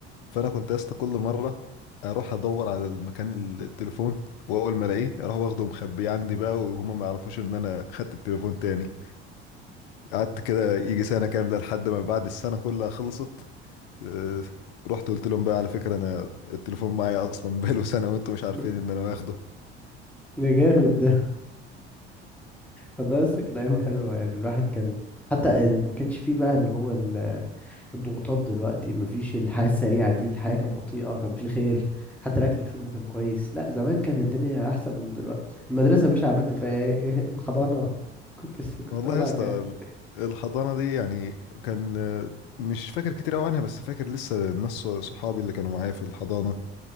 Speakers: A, on the left (about 60°); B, in the centre.
A: فانا كنت يا اسطى كل مره اروح ادور على المكان ال- التليفون واول ما الاقيه اروح واخده ومخبيه عندي بقى وهم ما يعرفوش ان انا خدت التليفون تاني قعدت كده يجي سنه كامله لحد ما بعد السنه كلها خلصت آه، رحت قلت لهم بقى على فكرة انا التليفون معايا اصلا <laughs> بقاله سنة وانتم مش عارفين
B: <laughs>
A: ان انا واخده
B: ده جامد ده والله لسه كانت أيام حلوة يعني الواحد كان حتى ال... ما كانش فيه بقى اللي هو ال- الضغوطات دلوقتي ما فيش الحياة السريعة دي الحياة كانت بطيئة كان فيه خير حتى الأكل والشرب كان كويس لا زمان كانت الدنيا أحسن من دلوقتي المدرسة مش عملت فيها إيه <laughs> الحضانة كنت كنت
A: والله
B: وضعك
A: يا اسطى
B: إيه؟
A: ال- الحضانة دي يعني كان آه، مش فاكر كتير قوي عنها بس فاكر لسه الناس صحابي اللي كانوا معايا في الحضانة